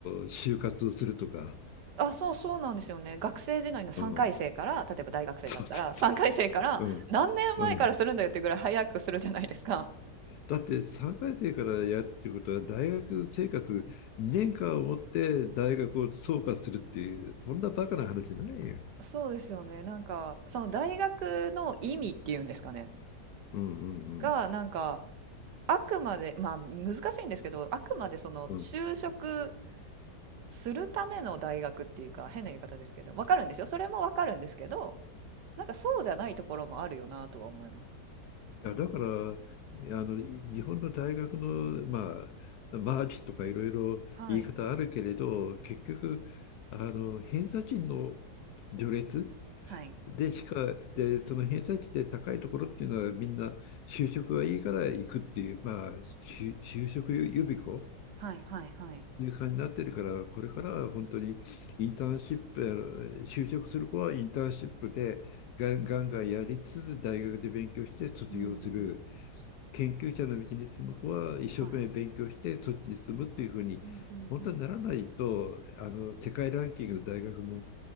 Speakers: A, on the left; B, on the right.
A: 就活をするとか、
B: あ、そうそうなんですよね。学生時代の3回生から、
A: うん、
B: 例えば大学生だったら、
A: そうそうそ
B: 3回生から何年前からするんだよっていうぐらい早くするじゃないですか。
A: う、うん、うん。だって3回生からやるっていうことは、大学生活2年間をもって大学を総括するっていう、こんなバカな話ないよ。
B: そうですよね。なんか、その大学の意味っていうんですかね。
A: うんうん
B: が、なんか、あくまで、まあ難しいんですけど、あくまでその就職
A: うんうん。
B: するための大学っていうか、変な言い方ですけど、わかるんですよ。それもわかるんですけど、なんかそうじゃないところもあるよなとは思います。
A: いや、だから、あの、い日本の大学の、まあ、マーチとかいろいろ言い方あるけれど、
B: はい。
A: 結局、あの、偏差値の序列、
B: はい。
A: で、しか、で、その偏差値で高いところっていうのはみんな就職がいいから行くっていう、まあ、就就職予備校
B: はいはいはい。
A: っていう感じになってるから、これからは本当にインターンシップあの就職する子はインターンシップでガンガンガンやりつつ大学で勉強して卒業する。
B: うーん。
A: 研究者の道に進む子は一生懸命勉強してそっちに進むっていうふうに、
B: はい。うんうんうん。
A: 本当にならないと、あの、世界ランキングの大学も、